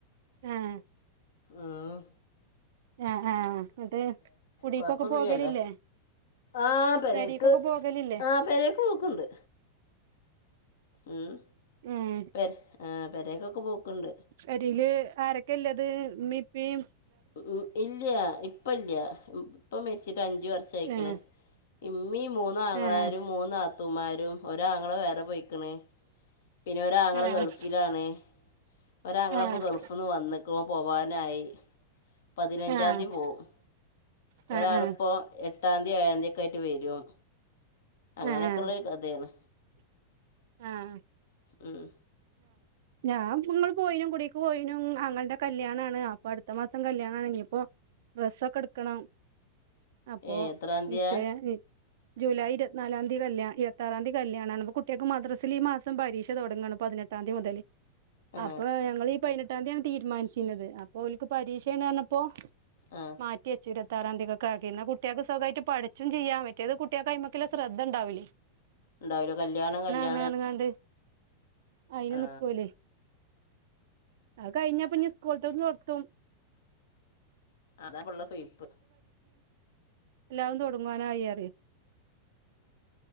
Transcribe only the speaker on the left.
ആഹ്
കുഴപ്പമൊന്നുമില്ലല്ലോ
ആ പെരേക്ക്
ആ പെരേക്ക് പോക്കുണ്ട്. ഉം
പെര് ആഹ് പെരേക്കൊക്കെ പോക്കണ്ട്.
ഉം ഇല്ല്യ ഇപ്പല്ല്യാ ഇപ്പ മെരിച്ചിട്ട് അഞ്ച് വർഷായിക്ക്‌ണ്
ഇം മ്മീം മൂന്നാങ്ങളാരും
മൂന്നാത്തൂമാരും ഒരാങ്ങള വേറെ പോയിക്കണ് പിന്നെ ഒരാങ്ങള
ഗൾഫിലാണ്. ഒരാങ്ങളപ്പോ
ഗൾഫിന്ന് വന്ന്ക്കുണു ഓൻ പോവാനായി പതിനഞ്ചാംന്തി
പോകും
ഒരാളിപ്പോ എട്ടാംന്തി ഏഴാംന്തിയൊക്കെ ആയിട്ട് വരും. അങ്ങനെയൊക്കെള്ള
ഒരു കഥേണ്.
ഉം
ഏ എത്രാം
തീയതിയാ
ആ
ആ
ഉണ്ടാവില്ലോ കല്യാണം കല്യാ
ആ
അതാ പിള്ള സുയ്പ്പ്